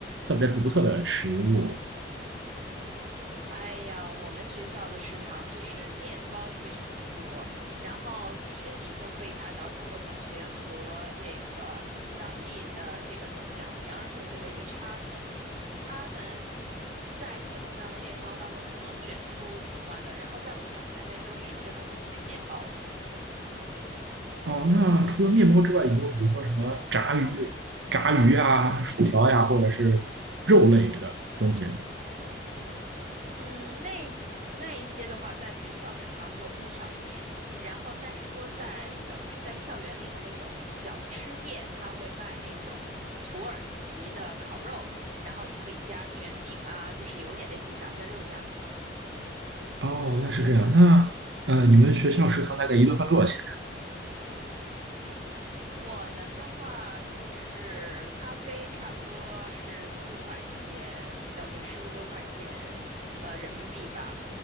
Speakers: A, on the right; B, on the right.
A: 特别独特的食物。
B: 哎呀，我们学校的食堂就是面包非常多，然后其实你就可以看到中国同学和这个当地的这个怎么讲，洋人同学的一个差别。他们在各种各样的面包当中就能选出喜欢的，然后在我看起来，那都是一个东西，就是面包嘛。
A: 哦，那除了面包之外，有没有比如说什么炸鱼、炸鱼啊、薯条呀、或者是肉类的东西？
B: 嗯，那些那一些的话，在学校食堂就偏少一点。然后，但是说在等于是在校园里的那种小吃店，它会卖那种土耳其的烤肉，然后你可以加卷饼啊，就是有点类似于咱们的肉夹馍。
A: 哦，那是这样。那呃，你们学校食堂大概一顿饭多少钱？
B: 我们的话就是咖啡差不多是四块钱，等于十五六块钱，呃，人民币吧。